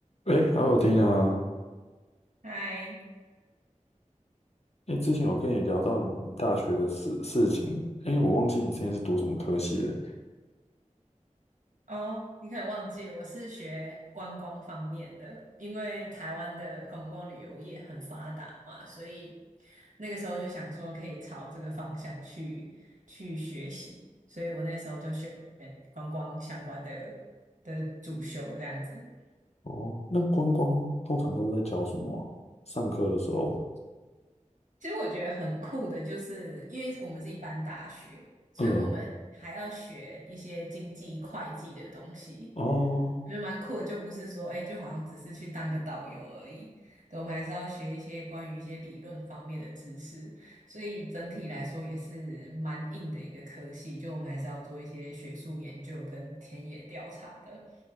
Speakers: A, on the left; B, on the right.
A: 哎好好 l 啊！o
B: 嗨，
A: t 哎，之前有跟你聊到你大学的事事情，哎，我忘记你之前是读什么科系了。
B: 哦，你可能忘记我是学观光方面的，因为台湾的观光旅游业很发达嘛，所以那个时候就想说可以朝这个方向去去学习，所以我那时候就选观光相关的的主修这样子。
A: 哦，那观光通常都是在教什么啊上课的时候，
B: 其实我觉得很酷的，就是因为我们是一般大学，所以我们还要学一些经济会计的东西。
A: 嗯，哦，
B: 我觉得蛮酷的，就不是说，哎，就好像只是去当个导游而已。对，我们还是要学一些关于一些理论方面的知识，所以整体来说也是蛮硬的一个科系。就我们还是要做一些学术研究跟田野调查的。